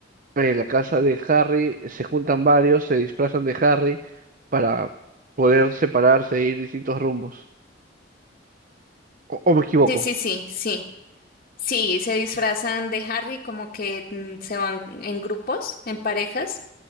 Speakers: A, on the right (about 45°); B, on the left (about 45°).
A: en la casa de Harry, se juntan varios, se disfrazan de Harry para poder separarse e ir distintos rumbos. O, o me equivoco,
B: Sí, sí, sí, sí. Sí, se disfrazan de Harry como que mm, se van en grupos, en parejas.